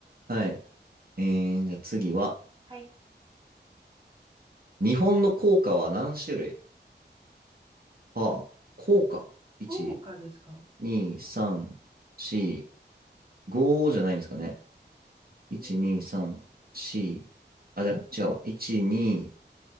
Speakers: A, on the right; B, on the right.
A: はい。えー、じゃあ次は、
B: はい。
A: 日本の硬貨は何種類ああ、硬貨。いち
B: 豪華ですか
A: 2、3、4、5じゃないんですかね。1、
B: 豪華。
A: 2、3、4、あ、じゃあ違うわ。1、2、